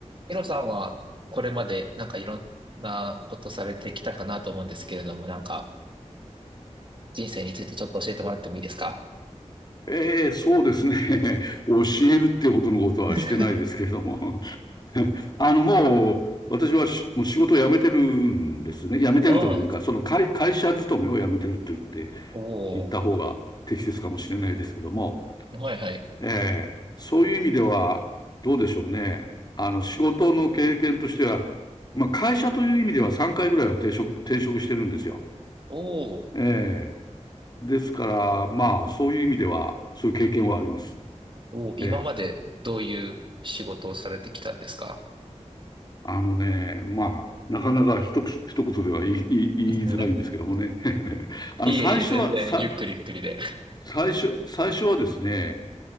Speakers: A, on the right; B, on the left.
A: ヒロさんはこれまでなんかいろんなことされてきたかなと思うんですけれども、なんか人生についてちょっと教えてもらってもいいですか
B: ええ、そうですね。<laughs> 教えるってほどのことはしてないですけれども。
A: <laughs>
B: <laughs> あの、もう、私はしもう仕事を辞めてるんですね。辞めてるというか、
A: ああ、
B: その会、会社勤めを辞めてると言って、
A: おお、
B: 言った方が適切かもしれないですけども。
A: はいはい。
B: ええ、そういう意味では、どうでしょうね。あの、仕事の経験としては、まあ、会社という意味では3回ぐらいは転職、転職してるんですよ。
A: おお、
B: ええ。ですから、まあ、そういう意味では、そういう経験はあります。
A: おお、今までどういう仕事をされてきたんですか
B: ええ。あのね、まあ、なかなか一口、一言では言い、言い、言いづらいんですけどもね。
A: <laughs>
B: <laughs> あの、
A: いえいえ、
B: 最初は、
A: 全然ゆっくりゆっくりで。
B: さ、最初、最初はですね、